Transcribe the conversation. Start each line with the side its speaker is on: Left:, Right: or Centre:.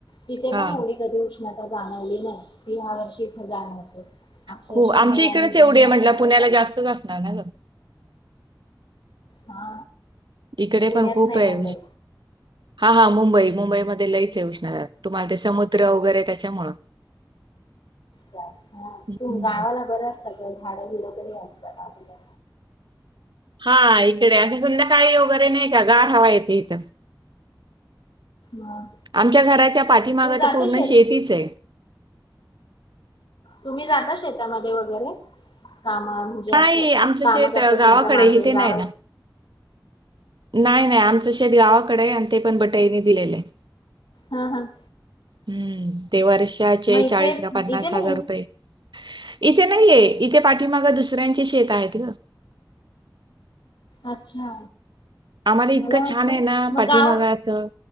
Left: तिथे
Right: हा
Left: पण एवढी कधी <unintelligible> उष्णता जाणवली नाही ती ह्या वर्षी इथे जाणवते. अक्षरशः
Right: खूप आमच्या
Left: मे
Right: इकडेच
Left: आणि जून
Right: एवढी आहे
Left: नको
Right: म्हंटलं
Left: नको
Right: पुण्याला
Left: झालं
Right: जास्तच असणार ना ग.
Left: हा
Right: इकडे
Left: पुण्यात
Right: पण खूप
Left: नाही
Right: आहे्
Left: मुंबईत
Right: हा हा मुंबई मुंबई मुंबईमध्ये लईच आहे उष्णता. तुम्हाला ते समुद्र वगैरे त्याच्यामुळं.
Left: जास्त
Right: हम्म.
Left: तु गावाला बरं असत ग झाड झुड तरी असतात गावाला.
Right: हा इकडे असं संधाकाळी वगैरे नाही का गार हवा येते इथं.
Left: मग
Right: आमच्या घरात या पाठीमाग
Left: तू जाते
Right: तर पूर्ण
Left: शेत
Right: शेतीच आहे.
Left: तुम्ही जाता शेतामध्ये वगैरे. काम म्हणजे
Right: नाही
Left: असं
Right: आमचं
Left: काम
Right: शेत
Left: करतात
Right: अ, गावाकडे
Left: त्यांच्या मागे
Right: आहे, इथे
Left: जाव
Right: नाही ना नाही नाही आमचं शेत गावाकडे आहे आणि ते पण बटाईने दिलेलं आहे.
Left: हम हम
Right: हम्म ते वर्षाचे
Left: इथे
Right: चाळीस का पन्नास
Left: इथे
Right: हजार
Left: नाही
Right: रुपये. इथे नाहीय इथे पाठीमागे दुसऱ्यांचे शेत आहेत ग
Left: अच्छा
Right: आम्हाला इतकं
Left: मला वाटलं
Right: छान आहे ना
Left: मग
Right: पाठीमागेअसं
Left: गाव